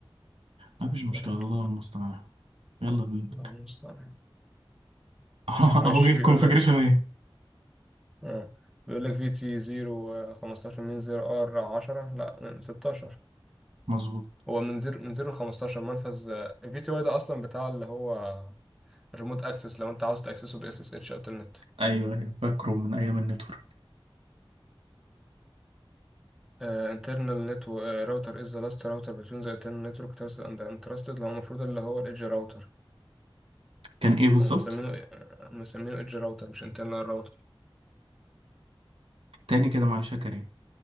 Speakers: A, on the right; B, in the centre.
A: مفيش مشكلة
B: لا تقلق
A: الله المستعان يلا بينا
B: الله المستعان
A: <laughs> اهو
B: ماشي
A: جه
B: بيقول
A: كونفجريشن
B: لك
A: ايه
B: اه بيقول لك في تي 0 15 من 0 ار 10 لا من 16
A: مظبوط
B: هو من 0 من 0 ل 15 منفذ الفي تي واي ده اصلا بتاع اللي هو الريموت اكسس لو انت عاوز تاكسسه باس اس اتش الترنت
A: ايوه ايوه فاكره من ايام النتورك
B: انترنال نت راوتر از ذا لاست راوتر بتوين ذا انترنال نتورك ترست اند انترستد اللي هو المفروض اللي هو الايدج راوتر
A: كان ايه بالظبط
B: هو مسمينه آه، مسمينه ايدج راوتر مش انترنال راوتر
A: تاني كده معلش يا كريم